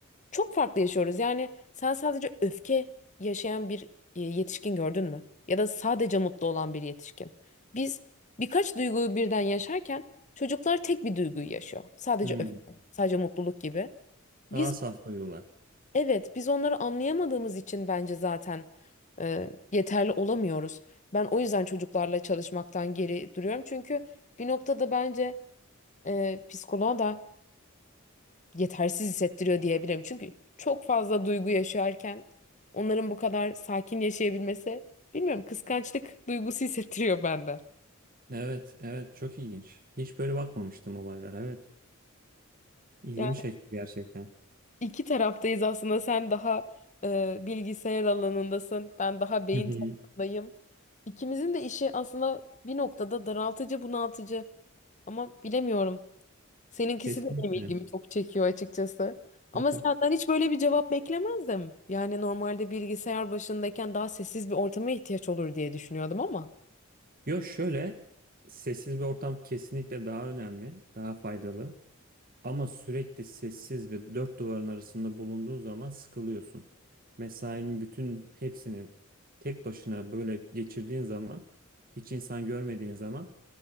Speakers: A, on the left (about 35°); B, on the right (about 45°).
A: Çok farklı yaşıyoruz. Yani sen sadece öfke yaşayan bir e, yetişkin gördün mü? Ya da sadece mutlu olan bir yetişkin. Biz birkaç duyguyu birden yaşarken çocuklar tek bir duyguyu yaşıyor. Sadece
B: Hmm.
A: öfke, sadece mutluluk gibi.
B: Daha
A: Biz
B: saf duyuyorlar.
A: evet biz onları anlayamadığımız için bence zaten e, yeterli olamıyoruz. Ben o yüzden çocuklarla çalışmaktan geri duruyorum. Çünkü bir noktada bence e, psikoloğa da yetersiz hissettiriyor diyebilirim. Çünkü çok fazla duygu yaşarken onların bu kadar sakin yaşayabilmesi bilmiyorum kıskançlık duygusu <laughs> hissettiriyor bende.
B: Evet, evet çok ilginç. Hiç böyle bakmamıştım olaylara. Evet. İlgimi
A: Yani
B: çekti gerçekten.
A: iki taraftayız aslında sen daha e, bilgisayar alanındasın ben daha beyin
B: Hı hı.
A: tarafındayım. İkimizin de işi aslında bir noktada daraltıcı bunaltıcı ama bilemiyorum. Seninkisi
B: Kesinlikle.
A: de benim ilgimi çok çekiyor açıkçası. Ama
B: <laughs>
A: senden hiç böyle bir cevap beklemezdim. Yani normalde bilgisayar başındayken daha sessiz bir ortama ihtiyaç olur diye düşünüyordum ama.
B: Yo şöyle sessiz bir ortam kesinlikle daha önemli, daha faydalı. Ama sürekli sessiz ve dört duvarın arasında bulunduğun zaman sıkılıyorsun. Mesainin bütün hepsini tek başına böyle geçirdiğin zaman, hiç insan görmediğin zaman,